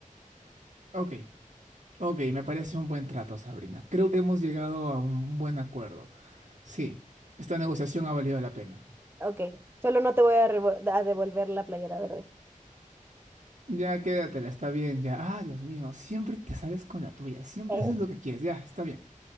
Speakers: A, on the right; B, on the right.
A: Ok. Ok, me parece un buen trato, Sabrina. Creo que hemos llegado a un buen acuerdo. Sí, esta negociación ha valido la pena.
B: ok. Solo no te voy a revo- a devolver la playera verde.
A: Ya quédatela, está bien, ya. Ah, Dios mío, siempre te sales con la tuya, siempre
B: <laughs>
A: haces lo que quieres, ya, está bien.